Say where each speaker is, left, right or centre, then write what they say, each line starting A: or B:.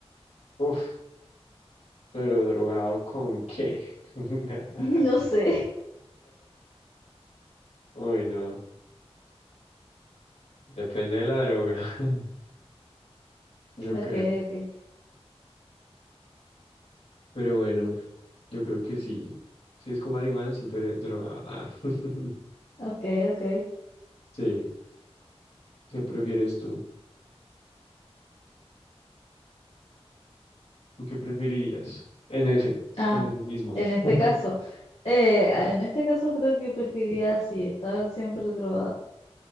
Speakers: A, on the left; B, on the left.
A: Uf, pero drogado con qué? <laughs>
B: <laughs> No sé.
A: Uy, no. Depende de la droga, <laughs> yo
B: Ok,
A: creo.
B: ok,
A: Pero bueno, yo creo que sí. Si es con marihuana, siempre drogado. Ah. <laughs>
B: ok, ok.
A: Sí. ¿Qué prefieres tú? ¿Tú qué preferirías? En ese,
B: Ah,
A: en ese mismo.
B: en este
A: <laughs>
B: caso, eh, ah, en este caso creo que preferiría sí estar siempre drogada,